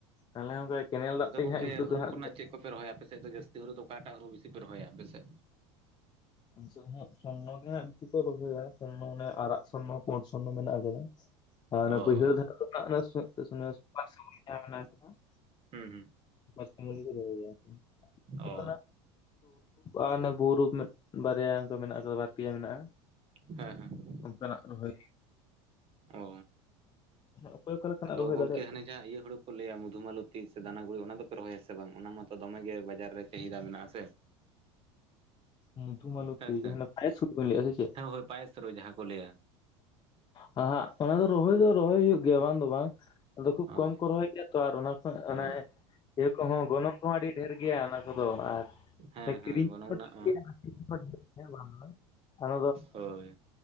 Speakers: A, on the left (about 30°); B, on the right (about 40°).
A: <unintelligible> ᱠᱮᱱᱮᱞ ᱫᱟᱜ
B: ᱟᱫᱚ
A: ᱛᱮᱜᱮ
B: ᱜᱚᱝᱠᱮ
A: ᱦᱟᱸᱜ ᱜᱷᱩᱴᱩ
B: ᱦᱩᱨᱩ
A: ᱫᱚ ᱦᱟᱸᱜ
B: ᱠᱷᱚᱱᱟᱜ ᱪᱮᱫ ᱠᱚᱯᱮ ᱨᱚᱦᱚᱭᱟ ᱟᱯᱮᱥᱮᱫ ᱫᱚ ᱡᱟᱹᱥᱛᱤ ᱦᱩᱨᱩ ᱫᱚ ᱚᱠᱟᱴᱟᱜ ᱦᱩᱲᱩ ᱵᱤᱮ ᱯᱮ ᱨᱚᱦᱚᱭᱟ ᱟᱯᱮᱥᱮᱫ?
A: <unintelligible> ᱥᱚᱨᱱᱚ ᱜᱮ ᱦᱟᱜ ᱵᱤᱥᱤ ᱠᱚ ᱨᱚᱦᱚᱭᱟ ᱥᱚᱨᱱᱚ ᱚᱱᱮ ᱟᱨᱟᱜ ᱥᱚᱨᱱᱚ ᱯᱳᱴ ᱥᱚᱨᱱᱚ ᱢᱮᱱᱟᱜ ᱟᱠᱟᱫᱟ᱾
B: <unintelligible>
A: ᱟᱨ ᱚᱱᱟ ᱵᱟᱹᱭᱦᱟᱹᱲ
B: ᱚ
A: ᱫᱷᱟᱨᱮ <unintelligible> ᱢᱮᱱᱟᱜ <unintelligible>
B: ᱦᱩᱸ ᱦᱩᱸ ᱚ
A: ᱥᱩᱨ ᱟᱨ ᱚᱱᱮ ᱵᱩᱯᱩ ᱵᱟᱨᱭᱟ ᱫᱚ ᱢᱮᱱᱟᱜ ᱠᱟᱫᱟ ᱵᱟᱨ ᱯᱮᱭᱟ ᱢᱮᱱᱟᱜᱼᱟ᱾
B: ᱦᱮᱸ ᱦᱮᱸ᱾
A: ᱚᱱᱠᱟᱱᱟᱜ ᱨᱚᱦᱚᱭ
B: ᱚ
A: ᱚᱠᱚᱭ ᱚᱠᱟ ᱞᱮᱠᱟᱱᱟᱜ
B: ᱟᱫᱚ
A: ᱨᱚᱦᱚᱭ
B: ᱜᱚᱝᱠᱮ
A: ᱫᱟᱲᱮᱭᱟᱜ
B: ᱦᱟᱱᱮ ᱡᱟᱦᱟᱸ ᱤᱭᱟᱹ ᱦᱩᱲᱩ ᱠᱚ ᱞᱟᱹᱭᱟ ᱢᱚᱫᱷᱩ ᱢᱟᱞᱚᱛᱤ ᱥᱮ ᱫᱟᱱᱟ ᱜᱩᱲᱤ ᱚᱱᱟ ᱫᱚᱯᱮ ᱨᱚᱦᱚᱭᱟ ᱥᱮ ᱵᱟᱝ ᱚᱱᱟ ᱢᱟᱛᱚ ᱫᱚᱢᱮᱜᱮ ᱵᱟᱡᱟᱨ ᱨᱮ ᱪᱟᱦᱤᱫᱟ ᱢᱮᱱᱟᱜ-ᱟ ᱥᱮ
A: ᱢᱚᱫᱷᱩ ᱢᱟᱞᱚᱛᱤ
B: ᱦᱮᱸ ᱥᱮ
A: ᱡᱟᱦᱟ ᱯᱟᱭᱮᱥ ᱦᱩᱲᱩ ᱵᱤᱱ ᱞᱟᱹᱭ-ᱟ ᱥᱮ ᱪᱮᱫ
B: ᱦᱮᱸ ᱦᱳᱭ ᱯᱟᱭᱮᱥ ᱨᱳᱭ ᱡᱟᱦᱟᱸ ᱠᱚ ᱞᱟᱹᱭᱟ
A: ᱦᱟᱸᱜ ᱚᱱᱟ ᱫᱚ ᱨᱚᱦᱚᱭ ᱫᱚ ᱨᱚᱦᱚᱭ ᱦᱩᱭᱩᱜ ᱜᱮᱭᱟ ᱵᱟᱝ ᱫᱚ ᱵᱟᱝ ᱟᱫᱚ ᱠᱷᱩᱵ
B: ᱚ
A: ᱠᱚᱢ ᱠᱚ ᱨᱚᱦᱚᱭ ᱜᱮᱭᱟ ᱛᱚ ᱟᱨ ᱚᱱᱟ ᱠᱚ
B: ᱚ
A: ᱚᱱᱮ ᱤᱭᱟᱹ ᱠᱚᱦᱚᱸ ᱜᱚᱱᱚᱝ ᱠᱚᱦᱚᱸ ᱟᱹᱰᱤ ᱰᱷᱮᱨ ᱜᱮᱭᱟ ᱚᱱᱟ ᱠᱚᱫᱚ ᱟᱨ
B: ᱦᱮᱸ
A: ᱚᱱᱟ
B: ᱦᱮᱸ
A: ᱠᱤᱨᱤᱧ
B: ᱜᱚᱱᱚᱝ ᱱᱟᱜ
A: <unintelligible>
B: ᱦᱳᱭ